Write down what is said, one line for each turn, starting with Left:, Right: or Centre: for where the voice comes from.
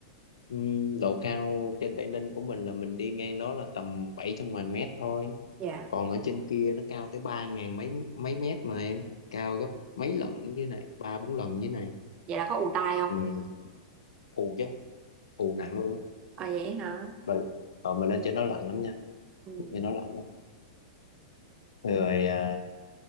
Left: ừm, độ cao trên Tây Ninh của mình là mình đi ngang đó là tầm 700 ngoài mét thôi
Right: Dạ.
Left: còn ở trên kia nó cao tới ba ngàn mấy mấy mét mà em cao gấp mấy lần dưới này ba bốn lần dưới này
Right: vậy là có ù tai không
Left: ừ, phù chứ phù nặng luôn á.
Right: à vậy hả
Left: Mà- rồi mà lên trên đó lạnh lắm nha
Right: ừ.
Left: thì nó lạnh lắm rồi à,